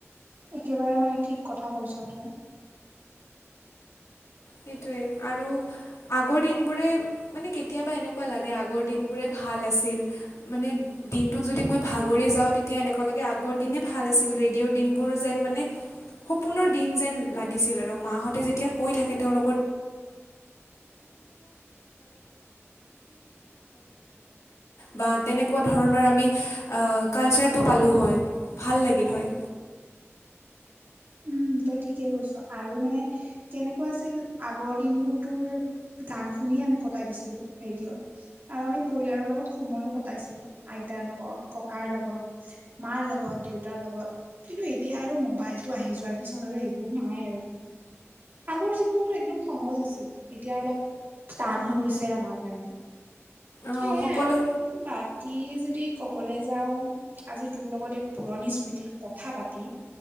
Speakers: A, on the right; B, on the left.
A: একেবাৰে মানে ঠিক কথা কৈছ তই
B: সেইটোয়ে আৰু আগৰ দিনবোৰে মানে কেতিয়াবা এনেকুৱা লাগে আগৰ দিন বোৰে ভাল ভাল আছিল মানে দিনটোত যদি মই ভাগৰি যাওঁ তেতিয়া এনেকুৱা লাগে আগৰ দিনেই ভাল আছিল ৰেডিঅৰ দিনবোৰ যে মান সপ দ যে লাগ আৰু মতে যেতিয়া কৈ থাকে <inaudible> বা তেনেকুৱা ধৰণৰ আমি কালচাৰটো পালোঁ হয় ভাল লাগিল হয়
A: উম, তই ঠিকেই কৈছ আৰু মানে কেনেকুৱা আছিল আগৰ দিনবোৰ তোৰ গান শুনি কটাই দিছিলো ৰেডিঅ'ত আৰু আমি পৰিয়ালৰ লগত সময়ো কটাইছিলো আইতাৰ লগত ককাৰ লগত মাৰ লগত দেউতাৰ লগত কিন্তু এতিয়া আৰু মোবাইল টো আহি যোৱাৰ পিছত আৰু এইবোৰ নাই আৰু আগৰ জীৱনতটো একদম সহজ আছিল এতিয়া অলপ টান হৈ গৈছে আমাৰ কাৰণে
B: অঁ
A: সেইয়াই
B: সকলো
A: আৰু বাাক কি যদি ক'বলৈ যাওঁ আজি তোৰ লগত এই পুৰণি স্মৃতিৰ কথা পাতি